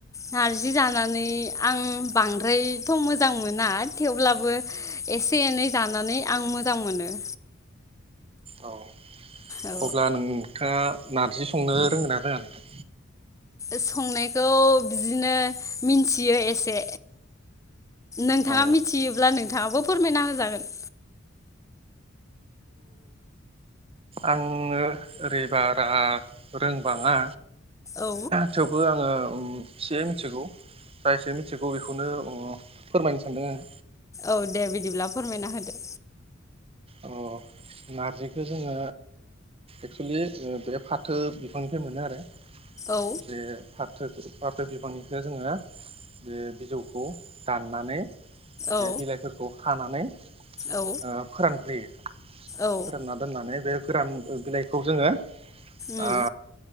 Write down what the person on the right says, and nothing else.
औ
अब्ला नोंथाङा नारजि संनो रोंङोना रोङा?
औ
आंङो ओरै बारा रोंबाङा।
थेवबो आङो एसे मिथिगौ। जा एसे मिथिगौ बेखौनो अ फोरमायनो सानदों आं।
अ नारजिखौ जोङो एक्सुलि बे फाथो बिफांनिफ्राय मोनो आरो
बेे फा फाथो फाथो बिबांनिखौ जोङो बे बिजौखौ दाननानै
बे बिलाइफोरखौ खानानै
ओ फोरानग्रोयो
फोरानना दोननानै बे गोरान बिलाइखौ जोङो
ओ